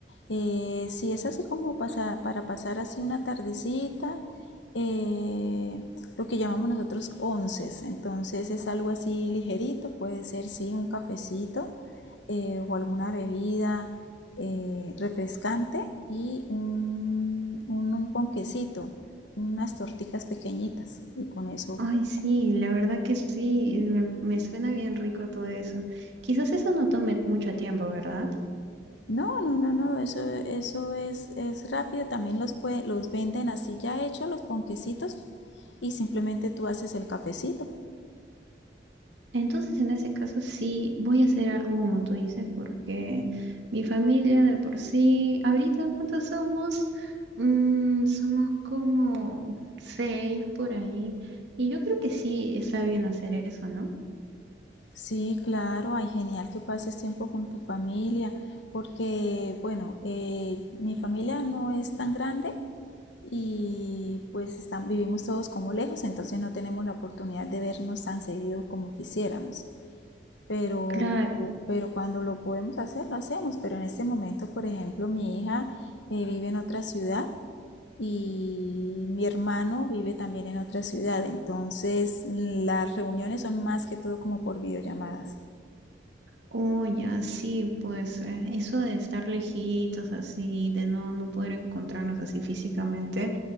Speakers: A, on the left; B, on the right.
A: Eh, si es así como pasa- para pasar así una tardecita, eh, lo que llamamos nosotros onces, entonces es algo así ligerito, puede ser sí un cafecito eh, o alguna bebida eh, refrescante y un, un, un ponquecito, unas torticas pequeñitas y con eso
B: Ay,
A: pues,
B: sí, la verdad que sí, me, me suena bien rico todo eso. Quizás eso no tome mucho tiempo, ¿verdad?
A: No, no, no, no, eso, eso es, es rápido. También los, pue- los venden así ya hechos los ponquecitos y simplemente tú haces el cafecito.
B: Entonces, en ese caso, sí, voy a hacer algo como tú dices, porque mi familia de por sí, ahorita, ¿cuántos somos? Mm, somos como seis por ahí. Y yo creo que sí está bien hacer eso, ¿no?
A: Sí, claro, ay, genial que pases tiempo con tu familia, porque, bueno, eh, mi familia no es tan grande y pues están, vivimos todos como lejos, entonces no tenemos la oportunidad de vernos tan seguido como quisiéramos. pero,
B: Claro,
A: pero cuando lo podemos hacer, lo hacemos. Pero en este momento, por ejemplo, mi hija eh, vive en otra ciudad y mi hermano vive también en otra ciudad. Entonces, las reuniones son más que todo como por videollamadas.
B: oye, sí, pues eh, eso de estar lejitos así, de no, no poder encontrarnos así físicamente.